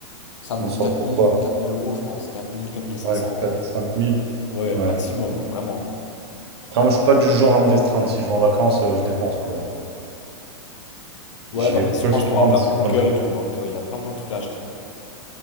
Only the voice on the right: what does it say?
je m'en sors
pourquoi?
Ouais, quatre,
cinq mille.
Ouais.
Après, moi, je suis pas du genre à me restreindre. Si je vais en vacances, euh, je dépense, quoi.
J'y
vais
peu
souvent,
mais si
quand
j'y vais...